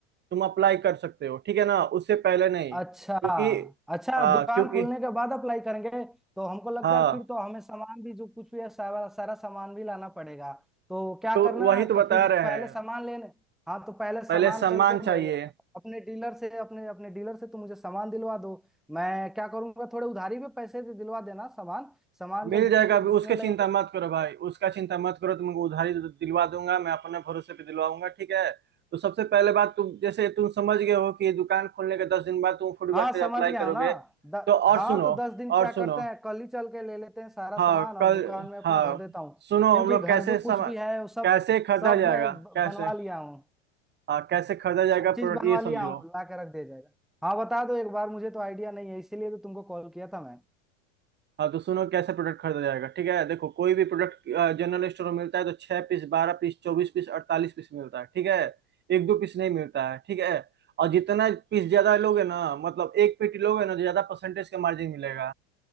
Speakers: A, on the right (about 30°); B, in the centre.
A: तुम अप्लाई कर सकते हो ठीक है ना उससे पहले नहीं
B: अच्छा
A: क्योंकि
B: अच्छा
A: हाँ
B: दुकान
A: क्योंकि
B: खोलने के बाद अप्लाई करेंगे तो हमको लगता
A: हाँ
B: है फिर तो हमें सामान भी जो कुछ भी है सारा सारा सामान भी लाना पड़ेगा तो क्या
A: तो
B: करना
A: वही
B: है
A: तो बता
B: तो फिर
A: रहे
B: पहले
A: हैं
B: सामान लेने हाँ तो पहले
A: पहले
B: सामान
A: सम्मान
B: चल के ब-
A: चाहिए
B: अपने डीलर से अपने अपने डीलर से तुम मुझे सामान दिलवा दो मैं क्या करूंगा थोड़े उधारी में पैसे दे- दिलवा देना सामान सामान
A: मिल
B: जब बिकेंगे
A: जाएगा अभी
B: बिकने
A: उसके
B: लगेंगे
A: चिंता मत करो भाई उसका चिंता मत करो तुमको उधारी दिलवा दूंगा मैं अपने भरोसे पे दिलवाऊंगा ठीक है तो सबसे पहले बात तुम जैसे तुम समझ गए हो कि ये दुकान खोलने के दस दिन बाद तुम फूड
B: हाँ
A: के लिए
B: समझ
A: अप्लाई
B: गया
A: करोगे
B: हूँ ना
A: तो
B: द,
A: और
B: हाँ
A: सुनो
B: तो दस दिन क्या
A: और सुनो
B: करते हैं कल ही चल के ले लेते हैं सारा
A: हाँ
B: सामान और
A: कल
B: दुकान में अपना
A: हाँ
B: भर देता हूँ
A: सुनो
B: क्योंकि
A: हम लोग
B: घर
A: कैसे
B: जो कुछ
A: सम
B: भी है वो सब
A: कैसे खरीदा
B: सब
A: जाएगा
B: मैं ब-
A: कैसे
B: बनवा लिया हूँ
A: हाँ कैसे खरीदा जाएगा
B: सब चीज
A: प्रोडक्ट
B: बनवा
A: ये समझो
B: लिया हूँ ला के रख दिया जाएगा हाँ बता दो एक बार मुझे तो आइडिया नहीं है इसीलिए तो तुमको कॉल किया था मैं
A: हाँ तो सुनो कैसे प्रोडक्ट खरीदा जाएगा ठीक है देखो कोई भी प्रोडक्ट जनरल स्टोर में मिलता है तो छह पीस बारह पीस चौबीस पीस अड़तालीस पीस मिलता है ठीक है एक दो पीस नहीं मिलता है ठीक है और जितना पीस ज्यादा लोगे ना मतलब एक पेटी लोगे ना तो ज्यादा परसेंटेज का मार्जिन मिलेगा